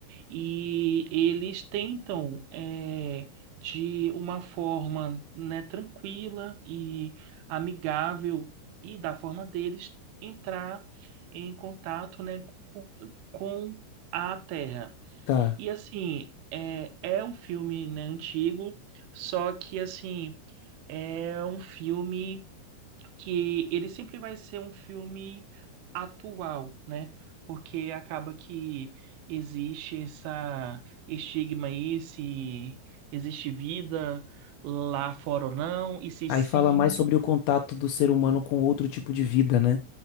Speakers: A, on the right; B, on the left.
A: e eles tentam é, de uma forma né, tranquila e amigável e da forma deles entrar em contato né, com, com a Terra
B: Tá.
A: e assim é, é um filme né, antigo só que assim é um filme que ele sempre vai ser um filme atual, né? Porque acaba que existe essa estigma aí se existe vida lá fora ou não, e se
B: Aí
A: sim,
B: fala mais sobre o contato do ser humano com outro tipo de vida, né?